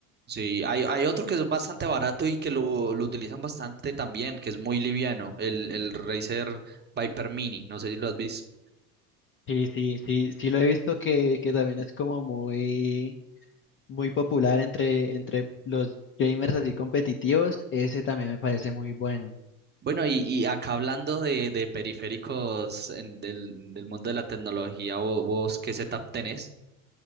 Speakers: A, on the right; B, on the left.
A: Sí, hay, hay otro que es bastante barato y que lo, lo utilizan bastante también, que es muy liviano, el, el Razer Viper Mini. No sé si lo has visto.
B: Sí, sí, sí, sí lo he visto que, que también es como muy, muy popular entre, entre los gamers así competitivos. Ese también me parece muy bueno.
A: Bueno, y, y acá hablando de, de periféricos en- del, del mundo de la tecnología, vo- vos, ¿qué setup tenés?